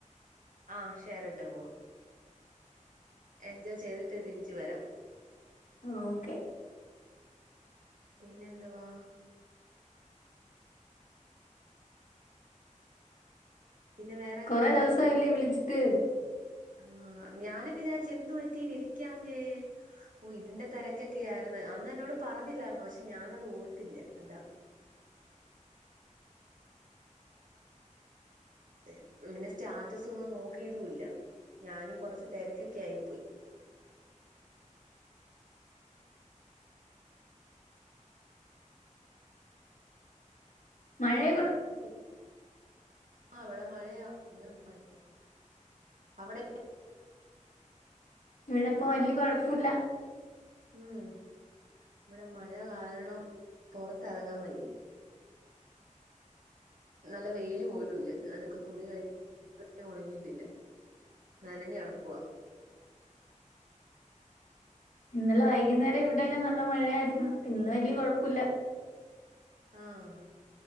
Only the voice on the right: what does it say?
ആഹ് ഷയറിട്ട് പോവാ എൻജോയ് ചെയ്തിട്ട് തിരിച്ച് വരാം
പിന്നെ എന്തുവാ പിന്നെ വേറെ
എന്തോണ്ട്
ആഹ് ഞാനും വിചാരിച്ച് എന്ത് പറ്റി വിളിക്കാഞ്ഞേ ഓഹ് ഇതിന്റെ തിരക്കൊക്കെ ആയിരുന്നു അന്ന് എന്നോട് പറഞ്ഞില്ലായിരുന്നോ പക്ഷേ ഞാനത് ഓർത്തില്ല അതാ ഏഹ് പിന്നെ സ്റ്റാറ്റസൊന്നും നോക്കിയതുല്ല ഞാനും കൊറച്ച് തെരക്കോക്കെ ആയിപോയി
കൂ ആഹ് ഇവടെ മഴയാ ഭയങ്കര മഴ അവിടെ
ഉം ഇവടെ മഴ കാരണം പൊറത്തറങ്ങാൻ വയ്യ നല്ല വെയിൽ പോലുംല്ല ഞാനൊക്കെ തുണി കഴി ഒണങ്ങിട്ടില്ല നനഞ്ഞ് കെടക്കുവാ
ആഹ്